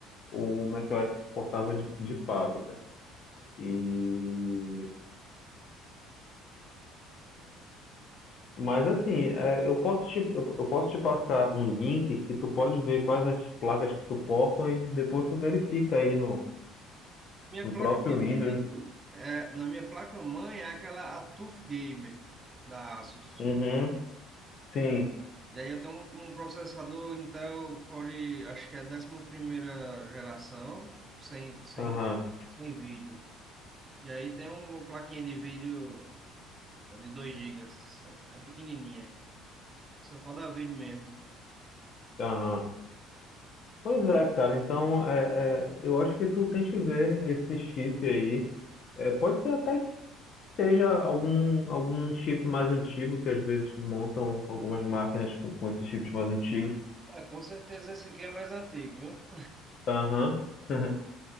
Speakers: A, on the left; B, on the right.
A: o macOS suportava de, de fábrica. E Mas assim, é, eu posso te, eu, eu posso te passar um link que tu pode ver quais as placas que suportam e depois tu verifica aí no,
B: Minha
A: no
B: placa
A: próprio
B: de
A: Windows.
B: vídeo, é, na minha placa-mãe é aquela a TUF Gamer da ASUS.
A: Uhum, sim,
B: E aí eu tenho um, um processador Intel Core, acho que é a 11ª geração, sem, sem,
A: aham,
B: sem vídeo. E aí tem um- uma plaquinha de vídeo é de 2 GB, é pequenininha, só para dar vídeo mesmo.
A: aham. Pois é, cara, então é, é, eu acho que tu tem que ver esse chip aí. É, pode ser até que seja algum, algum chip mais antigo, que às vezes montam algumas máquinas com, com esses chips mais antigos.
B: Ah, com certeza esse aqui é mais antigo, viu?
A: Aham, <laughs>